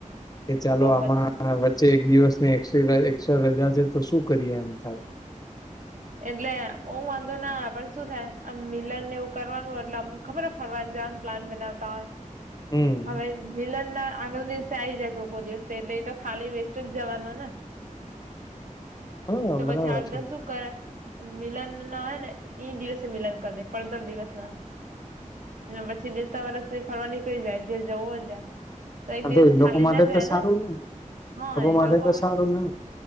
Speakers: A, on the left; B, on the right.
A: કે ચાલો
B: તો
A: આમાં
B: પછી
A: વ ચ્ચે એક દિવસની એક્સટ્રી એક્સ્ટ્રા રજા છે તો શું કરીએ એમ થાય.
B: એટલે ઓમ વાંધો ના પણ શું થાય આમ મિલન ને એવું કરવાનું એટલે અમુક ખબરહ ફરવાન જવાન પ્લાન બનાવતા હોય.
A: હમ
B: હવે મિલન ના આગલા દિવસે આઈ જાય ઘોકો દિવસે એટલે એ તો ખાલી વેસ્ટ જ જવાનો ને.
A: હા
B: તો
A: બરાબર
B: પછી આઠ
A: છે
B: દસ શું કરે મિલન ના હોય ને એઈ દિવસે મિલન કરી દે પડતર દિવસ ના. ને પછી બેસતા વરષ ની ફરવા નીકળી જાય જે જવું હોયને ત્યાં. તો એક
A: આ
B: દિવસ
A: એ
B: ખાલી
A: લોકો માટે
B: ના જાય
A: તો સારું
B: ને હા એ
A: માટે
B: લોકો
A: તો
B: માટ
A: સારું ને